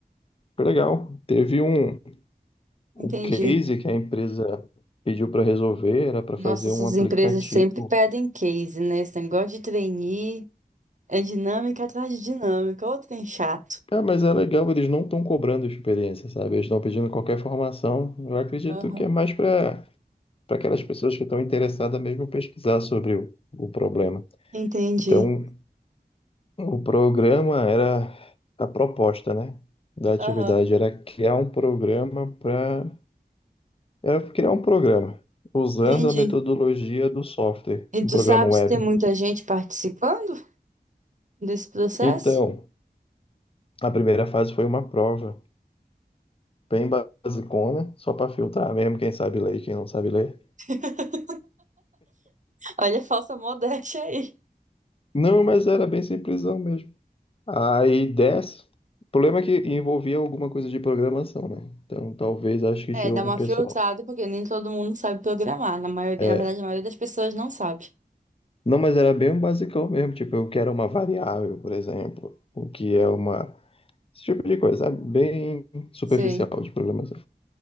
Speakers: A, on the left; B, on the right.
A: Foi legal. Teve um. O
B: Entendi.
A: case que a empresa pediu para resolver era para
B: Nossa,
A: fazer
B: essas
A: um aplicativo.
B: empresas sempre pedem case, né? Esse negócio de trainee é dinâmica atrás de dinâmica. Ô, trem chato.
A: Ah, mas é legal, eles não estão cobrando experiência, sabe? Eles estão pedindo qualquer formação. Eu acredito
B: Aham,
A: que é mais para para aquelas pessoas que estão interessadas mesmo em pesquisar sobre o, o problema.
B: Entendi.
A: Então, o programa era a proposta, né? Da atividade
B: Aham,
A: era criar um programa para era criar um programa usando
B: Entendi.
A: a metodologia do software,
B: E
A: um
B: tu
A: programa
B: sabe
A: web.
B: se tem muita gente participando desse processo?
A: Então, A primeira fase foi uma prova bem basicona, só para filtrar mesmo quem sabe ler e quem não sabe ler.
B: <laughs> Olha a falsa modéstia aí.
A: Não, mas era bem simplesão mesmo. Aí desce. O problema é que envolvia alguma coisa de programação, né? Então talvez acho que
B: É,
A: tirou
B: dá uma
A: um pessoal.
B: filtrada, porque nem todo mundo sabe programar. Na maioria,
A: É,
B: na verdade, a maioria das pessoas não sabe.
A: não, mas era bem um basicão mesmo, tipo, eu quero uma variável, por exemplo, o que é uma esse tipo de coisa, sabe? Bem superficial
B: Sei.
A: de programação.